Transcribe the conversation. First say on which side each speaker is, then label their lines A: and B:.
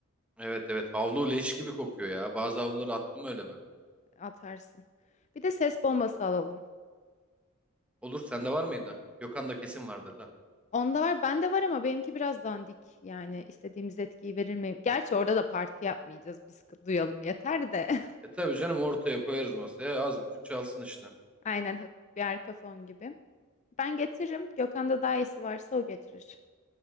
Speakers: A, in the centre; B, on the left.
A: Evet evet havlu leş gibi kokuyor ya. Bazı havluları attım öyle ben.
B: Atarsın. Bir de ses bombası alalım.
A: Olur sende var mıydı? Gökhan'da kesin vardır da.
B: Onda var, bende var ama benimki biraz dandik. Yani istediğimiz etkiyi verir mi? Gerçi orada da parti yapmayacağız. Biz k- duyalım yeter de. <laughs>
A: E tabii canım ortaya koyarız masaya az buçuk çalsın işte.
B: Aynen hafif bir arka fon gibi. Ben getiririm. Gökhan'da daha iyisi varsa o getirir.